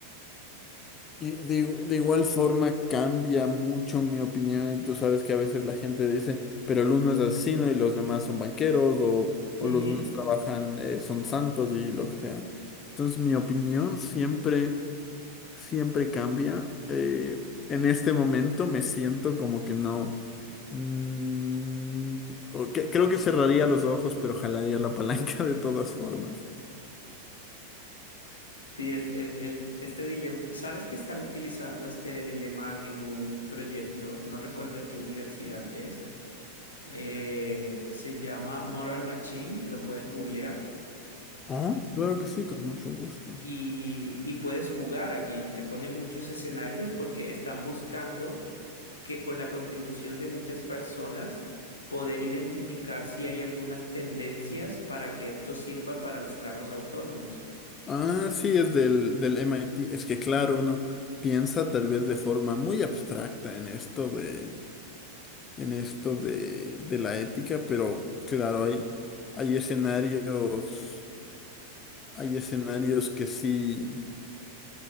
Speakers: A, on the left; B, on the left.
A: Y de, igu- de igual forma cambia mucho mi opinión y tú sabes que a veces la gente dice, pero el uno es asesino y los demás son banqueros o,
B: Ujú.
A: o los unos trabajan, eh, son santos y lo que sea. Entonces mi opinión siempre... siempre cambia. eh, en este momento me siento como que no. mm, o que- creo que cerraría los ojos, pero jalaría la palanca de todas formas.
B: Sí, es- el, el- este dilema, ¿sabes que están utilizando este dilema en un proyecto? No recuerdo de qué universidad es. Eh, se llama Moral Machine, lo puedes googlear.
A: Ah, claro que sí, con mucho gusto.
B: y, y puedes jugar allí. Te ponen muchos escenarios porque están buscando que con la contribución de muchas personas poder identificar si hay algunas tendencias para que esto sirva para los carros autónomos.
A: Ah, sí, es del, del MIT. Es que claro, uno piensa tal vez de forma muy abstracta en esto de, en esto de, de la ética, pero claro, hay, hay escenarios, hay escenarios que sí.